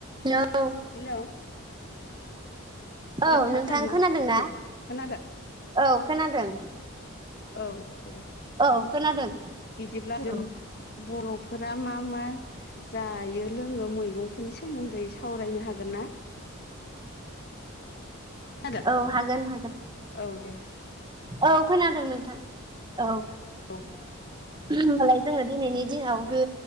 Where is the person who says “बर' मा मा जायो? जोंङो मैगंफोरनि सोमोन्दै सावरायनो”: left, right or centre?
Left